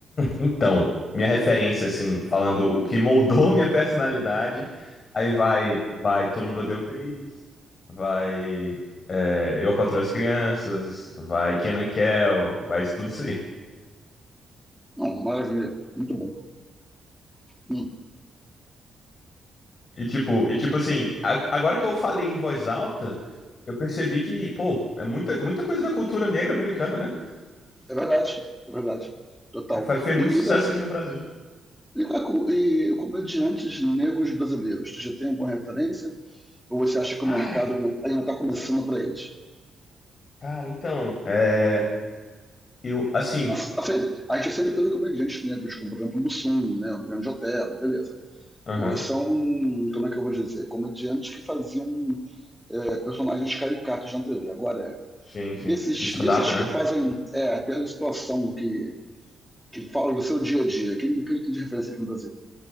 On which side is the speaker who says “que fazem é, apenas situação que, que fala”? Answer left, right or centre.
Centre